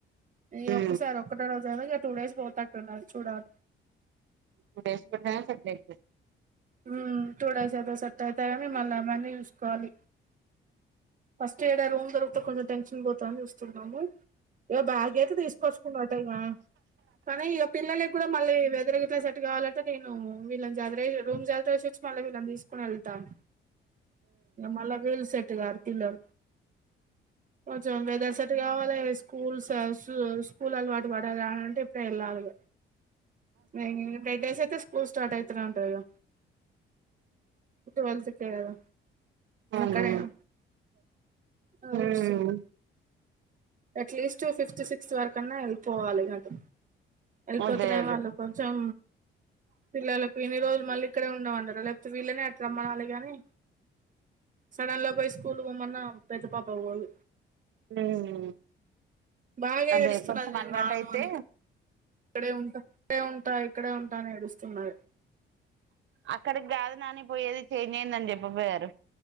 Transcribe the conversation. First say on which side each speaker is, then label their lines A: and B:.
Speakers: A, on the right; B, on the right.
A: ఈ
B: టూ
A: ఒక్కసారి ఒక్కటి అడుగుతారు ఇ టూ డేస్ పోతట్టున్నా చూడాలి
B: టూ డేస్ పెట్టిన పెట్టలేకపోయా
A: హ్మ్ టూ డేస్ ఏదో సెట్ అయితే గాని మళ్ళ అమ్మని చూసుకోవాలి ఫస్ట్ ఏడా రూమ్ దొరికుతే కొంచెం టెన్షన్ పోతాని చూస్తున్నాము ఇగ బ్యాగ్ అయితే తీసుకొచ్చుకు కానీ ఇక పిల్లలకి కూడా మళ్ళీ వెదిర గిట్లా సెట్ కావాల అ నేను వీళ్ళని జాతర రూమ్ జాతర వ చ వచ్చి మళ్ళీళని తీసుకుని వెళ్తాను మల్లా వీలు సె <unintelligible> తిన్నాం కొంచెం వెదర్ సెట్ కావాలె స్కూల్స్ స్కూల్ అలవాటు పడాల అ అంటే ఇప్పుడే వెళ్ళాలిగ <unintelligible> టెటెస్ తే స్కూల్ స్టార్ట్ అయితేనే ఉంటదిగా ట్వల్త్ కే కదా
B: ఆ
A: ఎక్కడైనా
B: ఆ
A: ఆలోచిస్తున్న
B: హ్మ్మ్
A: అట్లీస్ట్ ఫిఫ్త్ సిక్స్త్ వరకన్నా వెళ్ళిపోవాలి నాకు వెళ్ళిపోతున్నాయి
B: అదే అదే
A: వాళ్ళు కొంచెం పిల్లలకు ఇన్ని రోజు మళ్ళీ ఇక్కడే ఉందామంటారు లేకపోతే వీళ్ళనే అటు రమ్మనాలి గాని సడన్ లో పో స్కూల్ పొమ్మన్న పెద్దపాప పోదు
B: మ్మ్
A: బాగా
B: అదే
A: ఏడుస్తున్నది
B: కొంచెం
A: నేను
B: అలవాటు
A: రాను
B: అయితే
A: అని ఇక్కడే ఉంట ఇక్కడే ఉంటా ఇక్కడే ఉంటా అని ఏడుస్తున్నారు
B: అక్కడికి కాదు నాని పోయేది చేంజ్ అయిందని చెప్పపోయారు